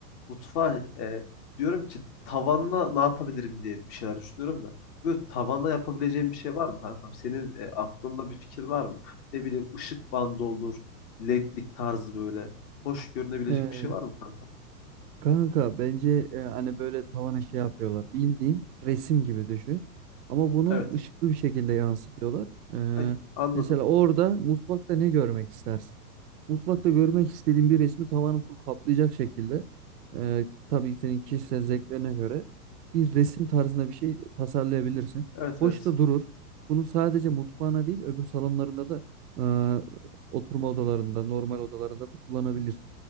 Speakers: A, on the left (about 40°); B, on the right (about 70°).
A: Mutfağı e, diyorum ki tavanla ne yapabilirim diye bir şeyler düşünüyorum da. Böyle tavanla yapabileceğim bir şey var mı kankam? Senin e, aklında bir fikir var mı? Ne bileyim ışık bandı olur, ledlik tarzı böyle. Hoş görünebilecek
B: Ee,
A: bir şey var mı kankam?
B: kanka bence e, hani böyle tavana şey yapıyorlar. Bildiğin resim gibi düşün. Ama bunu
A: Evet.
B: ışıklı bir şekilde yansıtıyorlar. Ee,
A: Ha, anladım.
B: mesela orada mutfakta ne görmek istersin? Mutfakta görmek istediğin bir resmi tavanı full kaplayacak şekilde e, tabii senin kişisel zevklerine göre bir resim tarzında bir şey tasarlayabilirsin.
A: Evet
B: Hoş
A: evet.
B: da durur. Bunu sadece mutfağına değil öbür salonlarında da e, oturma odalarında, normal odalarında da kullanabilirsin.